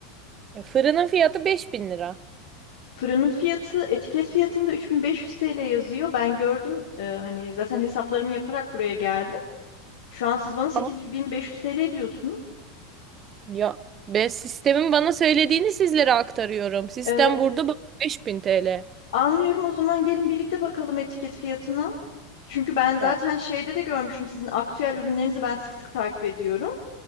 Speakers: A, on the right; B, on the left.
A: E, Fırının fiyatı 5000 lira.
B: fırının fiyatı etiket fiyatında 3500 TL yazıyor. Ben gördüm e, hani zaten hesaplarımı yaparak buraya geldim. Şu an siz bana 8500
A: Ama
B: TL diyorsunuz.
A: ya ben sistemin bana söylediğini sizlere aktarıyorum. Sistem
B: Ee,
A: burada bak 5000 TL.
B: anlıyorum o zaman gelin birlikte bakalım etiket fiyatına. Çünkü ben zaten
A: Ya.
B: şeyde de görmüştüm sizin aktüel ürünlerinizi ben sık sık takip ediyorum.